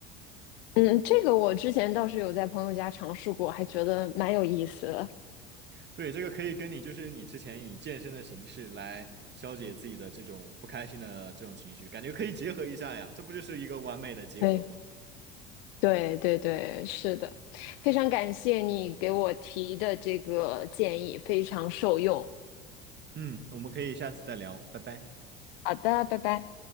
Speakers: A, on the left (about 65°); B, on the right (about 35°).
A: 嗯，这个我之前倒是有在朋友家尝试过，还觉得蛮有意思的。
B: 对，这个可以跟你就是你之前以健身的形式来消解自己的这种不开心的这种情绪，感觉可以结合一下呀，这不就是一个完美的结合吗？
A: 对，对，对，对，是的，非常感谢你给我提的这个建议，非常受用。
B: 嗯，我们可以下次再聊，拜拜。
A: 好的，拜拜。